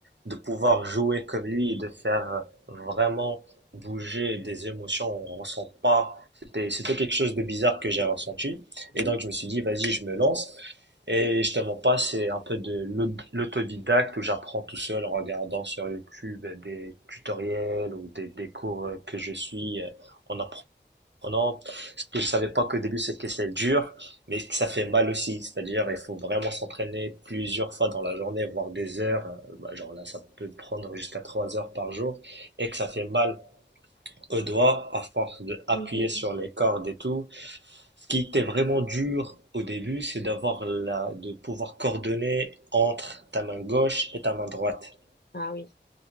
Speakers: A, on the right (about 70°); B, on the left (about 60°).
A: de pouvoir jouer comme lui et de faire vraiment bouger des émotions, on ressent pas, c'était c'était quelque chose de bizarre que j'ai ressenti et
B: Mhm.
A: donc je me suis dit vas-y, je me lance et je te mens pas, c'est un peu de l'aut- l'autodidacte où j'apprends tout seul en regardant sur YouTube des tutoriels ou des, des cours que je suis en apprenant Oh non, ce que je savais pas qu'au début c'est que c'est dur, mais que ça fait mal aussi. C'est-à-dire, il faut vraiment s'entraîner plusieurs fois dans la journée, voire des heures. Euh, bah, genre là, ça peut prendre jusqu'à trois heures par jour et que ça fait mal aux doigts à force de appuyer
B: Mhm.
A: sur les cordes et tout. Ce qui était vraiment dur au début, c'est d'avoir la, de pouvoir coordonner entre ta main gauche et ta main droite.
B: Ah oui.